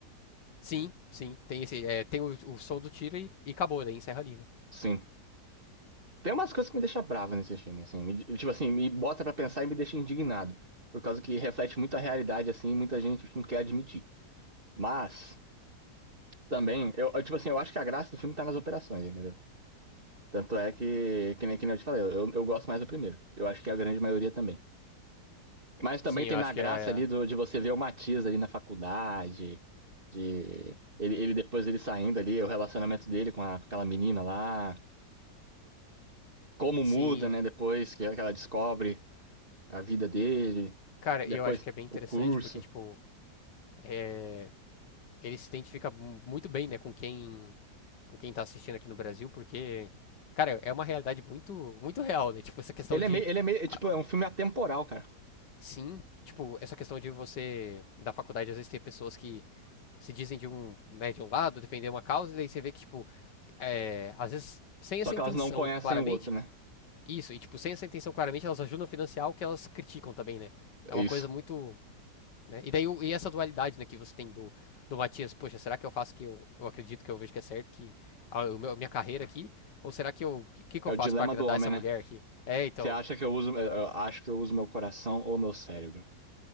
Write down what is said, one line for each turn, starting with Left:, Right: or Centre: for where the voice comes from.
Left: Sim, sim, tem esse, é, tem o, o som do tiro e, e acabou, daí encerra ali, né?
Right: Sim. Tem umas coisas que me deixam bravo nesse filme, assim. me- tipo assim, me bota pra pensar e me deixa indignado. Por causa que reflete muito a realidade, assim, e muita gente não quer admitir. Mas, também, eu, eu, tipo assim, eu acho que a graça do filme tá nas operações, entendeu? Tanto é que, que nem, que nem eu te falei, eu, eu gosto mais do primeiro. Eu acho que é a grande maioria também. Mas também
Left: Sim,
Right: tem
Left: eu
Right: na
Left: acho
Right: graça
Left: que é,
Right: ali do, de você ver o Matias ali na faculdade, de... Ele, ele depois ele saindo ali, o relacionamento dele com, a- com aquela menina lá. como muda,
Left: sim,
Right: né? Depois que ela descobre a vida dele,
Left: Cara,
Right: e depois
Left: eu acho que é bem interessante
Right: o curso.
Left: porque, tipo, é, ele se identifica mu- muito bem, né, com quem, com quem tá assistindo aqui no Brasil, porque, cara, é uma realidade muito, muito real, né? Tipo, essa questão
Right: Ele
Left: de,
Right: é meio, ele é meio, é,
Left: ah,
Right: tipo, é um filme atemporal, cara.
Left: sim, tipo, essa questão de você, da faculdade, às vezes tem pessoas que se dizem de um, né, de um lado, defender uma causa, e daí você vê que, tipo, é, às vezes, sem essa
Right: Só que
Left: intenção,
Right: elas não conhecem
Left: claramente,
Right: o outro, né?
Left: isso, e, tipo, sem essa intenção, claramente, elas ajudam a financiar o que elas criticam também, né? É
Right: É
Left: uma
Right: isso.
Left: coisa muito, Né? E daí e essa dualidade né, que você tem do, do Matias, poxa, será que eu faço que eu, eu acredito que eu vejo que é certo, que a o meu- minha carreira aqui, ou será que eu, que, que
Right: É
Left: eu
Right: o
Left: faço
Right: dilema
Left: para agradar
Right: do homem,
Left: essa
Right: né?
Left: mulher aqui? É, então,
Right: Você acha que eu uso, eu acho que eu uso meu coração ou meu cérebro?